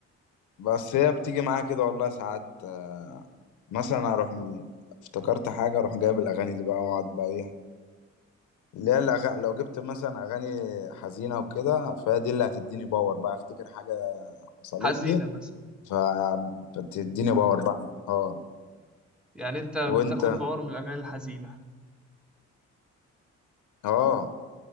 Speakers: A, on the left (about 80°); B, in the centre.
A: بس هي بتيجي معايا كده والله ساعات آه، مثلا اروح م- افتكرت حاجه اروح جايب الاغاني دي بقى واقعد بقى ايه اللي هي الأغاني لو جبت مثلا اغاني حزينه وكده فهي دي اللي هتديني باور بقى افتكر حاجه حصلت
B: حزينه
A: لي
B: مثلا
A: فبتديني باور بقى اه
B: يعني انت بتاخد
A: وانت
B: باور من الاغاني الحزينه
A: اه